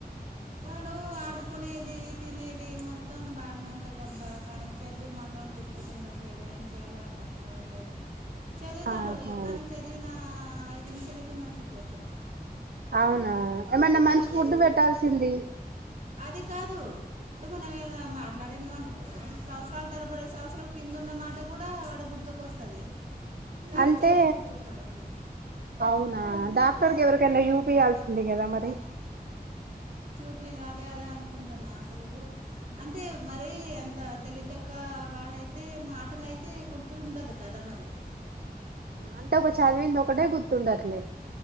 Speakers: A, on the right; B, on the right.
A: వాడు ఆడుకునేది తినేది మొత్తం బాగానే ఉంటుందిబ్బా కానీ చదువు మాత్రం గుర్తుకుండట్లు లేదు ఏం చేయాలో అర్ధం కావట్లేదు చదువుతాడు
B: ఆహా
A: కానీ చదివిన ఐదు నిమిషాలకి మర్చిపోతాడు
B: అవునా ఏమన్నా మంచి
A: మళ్ళీ
B: ఫుడ్ పెట్టాల్సింది
A: అది కాదు మనం ఏమ మాట్లాడినాం అనుకో సంవత్సరాల తరబడి సంవత్సరం కింద ఉన్న మాట కూడా వాడికి గుర్తుకు వస్తది కానీ
B: అంటే
A: చదువు గుర్తుకు రావాలలే
B: అవునా డాక్టర్ కి ఎవరికైనా యూపియాల్సింది కదా మరి
A: చూపి అదే అదే అనుకుంటున్నా అసలు అంటే మరీ తెలివి తక్కువ ఉంటుంది అక్కడైతే మాటలయితే గుతు ఉండదు కదా మరి
B: అంటే ఒక చదివింది ఒకటే గుర్తుండట్లే